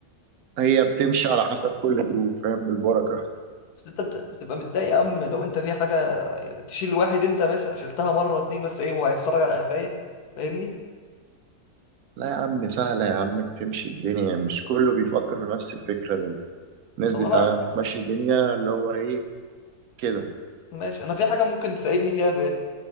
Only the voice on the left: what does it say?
بس انت بت- بتبقى متضايق يا عم لو انت في حاجه تشيل واحد انت مثلا شلتها مره اتنين بس ايه هو هيتخرج على قفايا فاهمني
طب
انا
ماشي انا في حاجه ممكن تساعدني فيها في